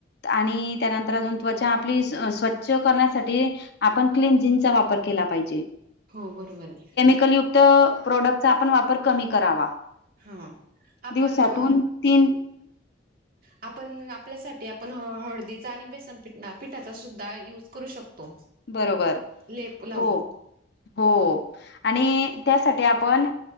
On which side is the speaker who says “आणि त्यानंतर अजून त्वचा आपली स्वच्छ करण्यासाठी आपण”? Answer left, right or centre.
Left